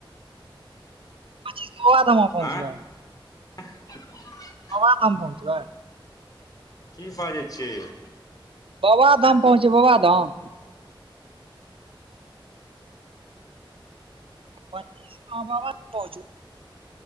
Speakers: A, on the right (about 80°); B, on the left (about 40°).
A: पचीस के अहाॅं बबाधाम पहुँचबै।
B: आँय <inaudible>
A: बबा धाम पहुँचबै।
B: की बाजै छियै यै।
A: बबाधाम पहुँचे बबाधाम। पच्चीस मे अहाॅं बाबाधाम पहुंच।